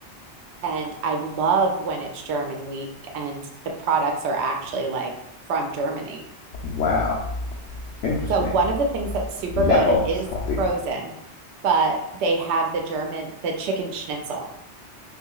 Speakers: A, on the right; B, on the left.
A: And I love when it's German week and the products are actually like from Germany.
B: Wow. Interesting.
A: So one of the things that's super
B: Jacobs
A: good, it is
B: coffee.
A: frozen, but they have the German, the chicken schnitzel